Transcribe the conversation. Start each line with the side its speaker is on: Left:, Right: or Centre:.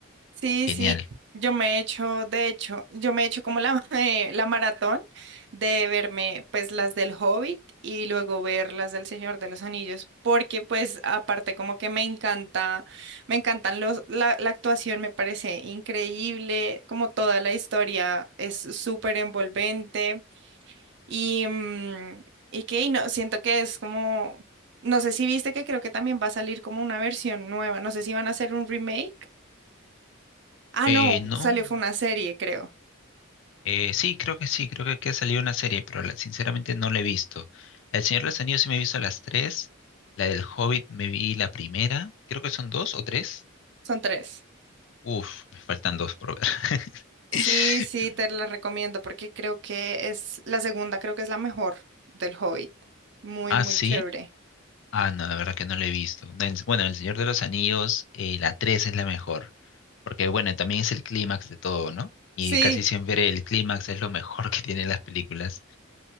Right: Sí,
Left: Genial.
Right: sí, yo me he hecho, de hecho, yo me he hecho como la, <laughs> eh, la maratón de verme pues las del Hobbit y luego ver las del Señor de los Anillos, porque pues aparte como que me encanta, me encantan los, la, la actuación me parece increíble, como toda la historia es súper envolvente y, mm, y que y no, siento que es como, no sé si viste que creo que también va a salir como una versión nueva, no sé si van a hacer un remake. Ah,
Left: Eh,
Right: no,
Left: no,
Right: salió, fue una serie, creo.
Left: eh, sí, creo que sí, creo que aquí ha salido una serie, pero la- sinceramente no la he visto. La del Señor de los Anillos sí me he visto las tres, la del Hobbit me vi la primera, creo que son dos o tres.
Right: Son tres.
Left: Uf, me faltan dos por ver.
Right: Sí,
Left: <laughs>
Right: sí, te la recomiendo porque creo que es la segunda, creo que es la mejor del Hobbit. Muy,
Left: Ah,
Right: muy
Left: sí.
Right: chévere.
Left: Ah, no, la verdad que no lo he visto. No, Bueno, El Señor de los Anillos, eh, la 3 es la mejor, porque bueno, también es el clímax de todo, ¿no? Y
Right: Sí,
Left: casi siempre el clímax es lo mejor <laughs> que tienen las películas,